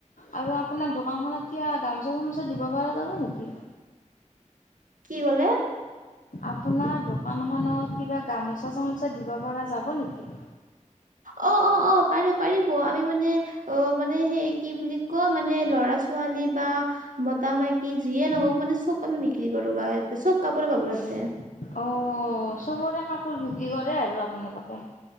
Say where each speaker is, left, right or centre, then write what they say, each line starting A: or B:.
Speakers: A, on the left; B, on the right.
A: আৰু আপোনাৰ দোকানখনত কিবা গামোচা চামোচা দিব পৰা যাব নেকি?
B: কি কলে?
A: আপোনাৰ দোকানখনত কিবা গামোচা চামোচা দিব পৰা যাব নেকি?
B: অ অ অ পাৰিব পাৰিব আমি মানে অ মানে সেই কি বুলি ক মানে ল'ৰা ছ ছোৱালী বা মতা মাই কি যিয়ে নহওক মানে চব আমি বিক্ৰী কৰো গাইত চব কাপোৰে পাব তাতে।
A: অ চবৰে কাপোৰ বিক্ৰী কৰে আৰু আপোনালোকে।